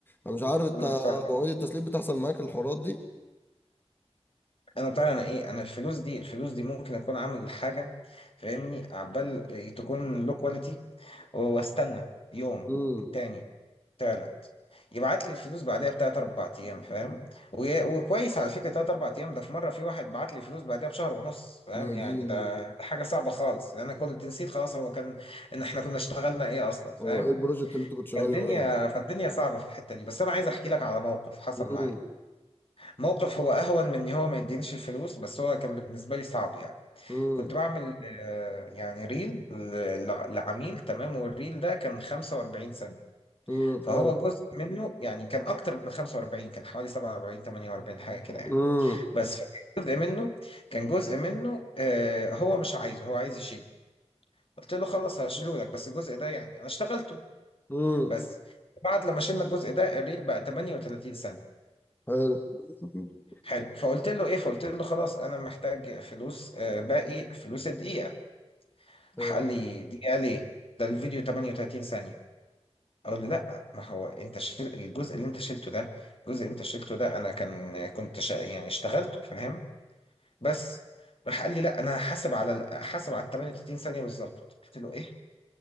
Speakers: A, on the left; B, on the left.
A: انا مش عارف انت
B: امم فاهمك
A: مواعيد التسليم بتحصل معاك الحوارات دي
B: انا بتاع انا ايه انا الفلوس دي الفلوس دي ممكن اكون عامل حاجة فاهمني عبال تكون لو كواليتي واستنى يوم
A: امم
B: التاني تالت يبعت لي الفلوس بعدها بتلات أربع أيام فاهم و- وكويس على فكرة تلات أربع أيام ده في مرة في واحد بعت لي الفلوس بعدها بشهر ونص فاهم
A: يا
B: يعني
A: ديني
B: ده ده حاجة صعبة خالص لأن أنا كنت نسيت خلاص هو كان إن إحنا كنا اشتغلنا إيه أصلا فاهم
A: هو ايه البروجكت اللي انت كنت شغال
B: فالدنيا
A: عليه
B: فالدنيا صعبة في الحتة دي بس أنا عايز أحكي لك على موقف حصل
A: امم
B: معايا موقف هو أهون من إن هو ما يدينيش الفلوس بس هو كان بالنسبة لي صعب يعني
A: امم
B: كنت بعمل آه، يعني ريل ل- لعميل تمام والريل ده كان 45 ثانية
A: امم
B: فهو
A: حلو
B: جزء منه يعني كان اكتر من 45 كان حوالي 47 48 حاجه كده يعني
A: امم
B: بس كان جزء منه كان جزء منه آه هو مش عايزه هو عايز يشيله قلت له خلاص هشيله لك بس الجزء ده يعني انا اشتغلته
A: امم
B: بس بعد لما شلنا الجزء ده الريل بقى 38 ثانيه
A: حلو <laughs>
B: حلو فقلت له ايه فقلت له خلاص انا محتاج فلوس آه باقي فلوس الدقيقه
A: حلو
B: راح قال لي دقيقه ليه ده الفيديو 38 ثانيه اقول له لا ما هو انت شيل الجزء اللي انت شلته ده الجزء اللي انت شلته ده انا كان كنت شا... يعني اشتغلته فاهم بس راح قال لي لا انا هحاسب على ال- هحاسب على ال 38 ثانيه بالظبط قلت له ايه